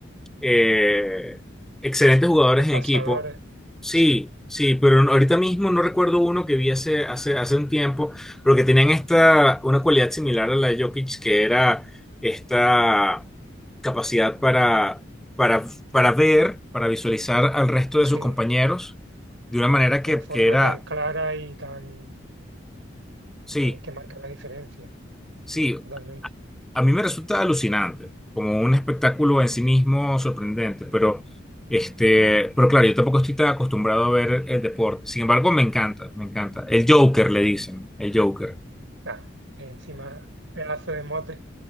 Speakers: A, in the centre; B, on the right (about 80°).
A: eh, excelentes jugadores
B: grandes pasadores.
A: en equipo. Sí,
B: Sí,
A: sí, pero no- ahorita mismo no recuerdo uno que vi hace, hace, hace un tiempo, pero que tenían esta, una cualidad similar a la de Jokic, que era esta capacidad para, para, para ver, para visualizar al resto
B: sí,
A: de sus compañeros
B: de
A: de una manera que,
B: una forma
A: que era,
B: tan clara y tan,
A: sí,
B: tan que marca la diferencia,
A: sí,
B: totalmente.
A: A mí me resulta alucinante, como un espectáculo en sí mismo sorprendente, pero, este, pero claro, yo tampoco estoy tan acostumbrado a ver el deporte. Sin embargo, me encanta, me encanta. El Joker, le dicen, el Joker.
B: Nada, encima, pedazo de mote.